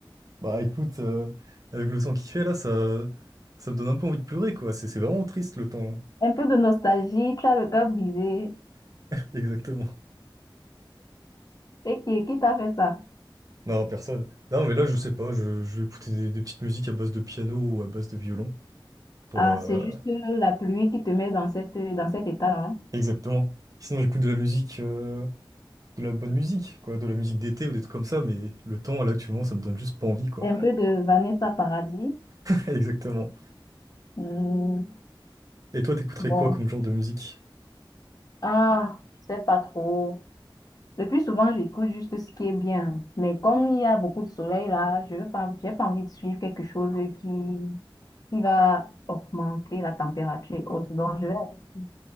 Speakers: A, on the right; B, on the left.
A: Bah écoute, euh, avec le temps qu'il fait là, ça, ça me donne un peu envie de pleurer, quoi. C'est c'est vraiment triste le temps. <laughs>
B: Un peu de nostalgie, tu as le cœur brisé.
A: Exactement.
B: Et qui, qui t'a fait ça?
A: Non, personne. Non, mais là, je sais pas, je, je vais écouter des, des petites musiques à base de piano ou à base de violon pour...
B: Ah,
A: euh,
B: c'est juste euh, la pluie qui te met dans cette, dans cet état-là.
A: Exactement. Sinon, j'écoute de la musique... euh, de la bonne musique, quoi, de la musique d'été ou des trucs comme ça, mais le temps, là, actuellement, ça me donne juste pas envie, quoi.
B: Un peu de Vanessa Paradis.
A: <laughs> Exactement.
B: Hmm,
A: Et toi, t'écouterais
B: bon.
A: quoi comme genre de musique?
B: Ah, je sais pas trop. Le plus souvent, j'écoute juste ce qui est bien. Mais comme il y a beaucoup de soleil là, je veux pas, j'ai pas envie de suivre quelque chose qui, qui va augmenter la température et autres. Donc, je vais aller sur